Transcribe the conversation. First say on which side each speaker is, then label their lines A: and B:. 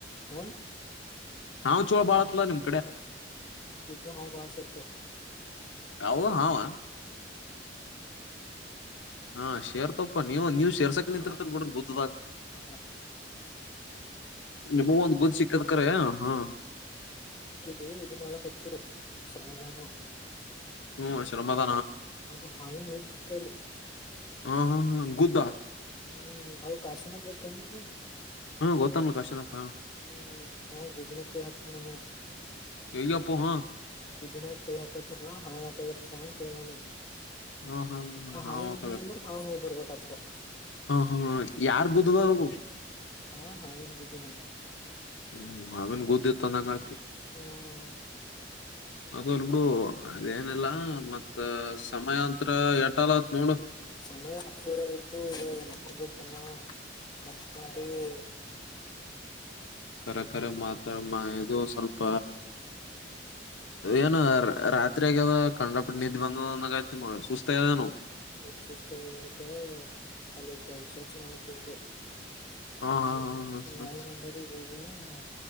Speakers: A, on the left (about 25°); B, on the left (about 80°).
A: ಹಾ
B: ಹಾವ್ ಚೋಳ ಬಾಳತ್ಲ ನಿಮ
A: ಗ ಹ ಬ ಸರ್ತ
B: ಅವು ಹಾವ ಹಾ ಶೇರ್ತಪ್ಪ ನೀವು ನೀವ್ ಶೇರ್ಸಕ ನಿಂತರ್ತ ಬಿಡ ಗೊತ್ತ
A: <unintelligible>
B: ನಿಮಗೂ ಒಂದ್ ಗುದ್ ಸಿಕ್ಕದ್ ಕರೆ ಹಾ
A: ಎಡಿ ಇದು ಮಳ ಹಚ್ಚರು ಸರ್ಮಧಾನ
B: ಹ್ಮ್ ಶ್ರಮದ
A: ಅದು ಹಾವೇ ನೋದ್ತಿತ್ತುಲ್ಲಿ
B: ಹಾ ಹಾ ಹಾ ಗ
A: ಹ್ಮ್ ಅವ ಕಾಶಿನಾಥ್ ಗೊತ್ತನಾ ನಿಂಗ
B: ಹ್ಮಂ ಗೊತ್ತಮ ಕಾಶಿನಾಥ್
A: ಹ್ಮ್ ನಾವು ಗುದಿನಕ್ಕಯ ಕೈ ಹಾಕ್ತೀನ ನೋಡು
B: ಎಲ್ಲಪ್ಪ ಹಾ
A: ಹುದ್ದನ್ಯಾಗ್ ಕೈ ಹಾಕತೀರ್ಲ ಹಾವ <unintelligible>
B: ಹಾ ಹಾ
A: ಆ ಹಾವಿನ
B: ಹಾವ
A: ಮನಿ
B: ಕದ್ರ
A: ಅಂದ್ರ ಹಾಂವ ಹೋಗ್ ಬರ್ಬೇಕಥದ
B: ಹಾ ಹಾ ಯಾರ್ ಗುದ್ದದೋಳ್ಗ
A: ಆ ಹಾವಿನ ಗುದಿನಾಗ
B: ಹು ಹಾವಿನ ಗುದ್ದ ಇತ್ತ ಅಂದಂಗ ಆತು.
A: ಹ್ಮ್
B: ಅದು ಅಲ್ ಬಿಡು ಅದೇನೀಲ್ಲಾ ಮತ್ತ ಸಮಯಾಂತ್ರ ಯಾಟ್ಟದ ನೋಡು
A: ಸಮಯ ಹತ್ತುವರಿ ಆಗೇತಿ ಇನ್ನ ಮಕ್ಕೋಬೇಕ ಇನ್ನಾ ಮ ಕೊಂಡಿವಿ
B: ಕರೆ ಕರೆ ಮಾತ್ರಮ್ಮ ಇದು ಸ್ವಲ್ಪ ಏನ ರಾತ್ರಿ ಆಗೇದ ಕಂಡಾಪಟ್ಟಿ ನಿದ್ದಿ ಬಂದ ಅಂದಂಗೈತಿ ನಿಮಗ ಸುಸ್ತ ಆಗ್ಯದೇನು
A: ಫುಲ್ ಸುಸ್ತ ಆಗೇದ ಇವತ್ತಾ ಅಲ್ಲಿ ಕೆಲಸೊಚ್ ಮಾಡಕ್ ಹೋಗಿದ್ಯು.
B: ಹಾ
A: ನಾಯಿ
B: ಹಾ ಹಾ ಹಾ ಸರಿ
A: ನಾಯಿ
B: ಸರಿ
A: ನಂಬರ್ ಇರೊದ ಹಾ